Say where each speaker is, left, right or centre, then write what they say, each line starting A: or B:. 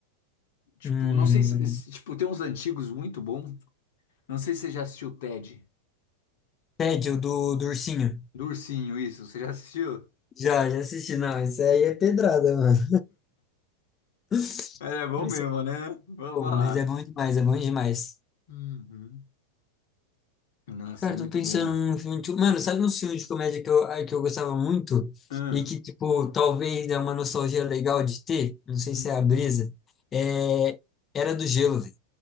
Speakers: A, on the left; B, on the left.
A: Tipo,
B: Hum,
A: não sei se, se- tipo, tem uns antigos muito bons. Não sei se você já assistiu o Ted.
B: Ted, o do, do ursinho.
A: Do ursinho, isso. Você já assistiu?
B: Já, já assisti, não, isso aí é pedrada, mano. <laughs> Isso
A: Ele é bom mesmo,
B: é
A: né? Vou
B: bom,
A: falar.
B: mas é bom demais, é bom demais.
A: Uhum. Nossa,
B: Cara,
A: é muito
B: eu tô pensando
A: bom.
B: num filme. tipo, Mano, sabe um filme de comédia que eu, ah, que eu gostava muito?
A: Hum.
B: E que, tipo, talvez é uma nostalgia legal de ter? Não sei
A: Hum.
B: se é a brisa. É... Era do Gelo, velho.